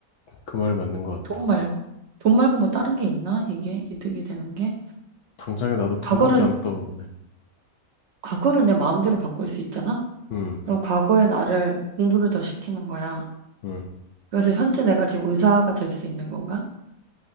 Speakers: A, on the left; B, on the right.
A: 그 말이 맞는 것
B: 돈
A: 같다.
B: 말고. 돈 말고 뭐 다른 게 있나? 이게 이득이 되는 게?
A: 당장에 나도 돈밖에
B: 과거를
A: 안 떠오르네.
B: 과거를 내 마음대로 바꿀 수 있잖아?
A: 응,
B: 그럼 과거의 나를 공부를 더 시키는 거야.
A: 응.
B: 그래서 현재 내가 지금 의사가 될 수 있는 건가?